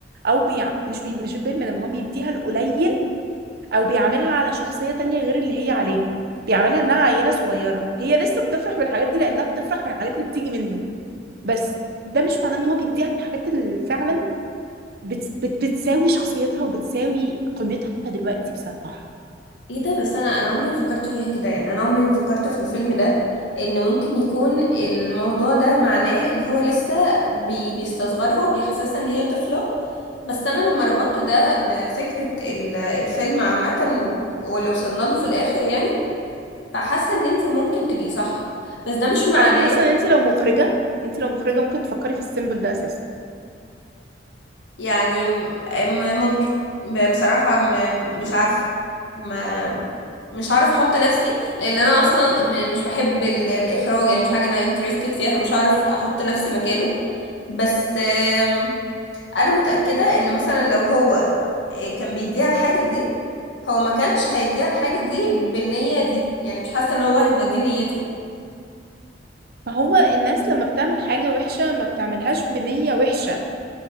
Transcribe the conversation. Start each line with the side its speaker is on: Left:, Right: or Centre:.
Right: او بيع... مش بي... مش البير مينيمم هو بيديها القليل او بيعاملها على شخصيه تانية غير اللي هي عليها بيعاملها انها عيله صغيره هي لسه بتفرح بالحاجات دي لانها بتفرح بالحاجات اللي بتيجي منه بس ده مش معناه ان هو بيديها الحاجات اللي فعلا بت... بت... بتساوي شخصيتها وبتساوي قيمتها دلوقتي بصراحه
Left: ايه ده بس انا انا عمري ما فكرت فيها كده يعني انا عمري ما فكرت في الفيلم ده ان ممكن يكون الموضوع ده معناه ان هو لسه بي بيستصغرها وبيحسسها ان هي طفلة بس انا لما ربطت ده بفكرة ال- الفيلم عامة و- واللي وصلنا له في الاخر يعني فحاسة ان انتي ممكن تبقي صح بس ده مش معناه
Right: انا حاسه ان انت لو مخرجه انت لو مخرجه ممكن تفكري في السيمبل ده اساسا
Left: يعني م- م- ممكن ب- بصراحة م- مش عارف ما مش عارف احط نفسي لان انا اصلا م- مش بحب ال- الاخراج يعني مش حاجة انا interested فيها فمش عارف احط نفسي مكانه بس آم، انا متأكدة ان مثلا لو هو آه، كان بيديها الحاجة دي هو ما كانش هيديها الحاجة دي بالنية دي يعني مش حاسة ان هو هتبقى دي نيته
Right: فهو الناس لما بتعمل حاجه وحشه ما بتعملهاش بنيه وحشه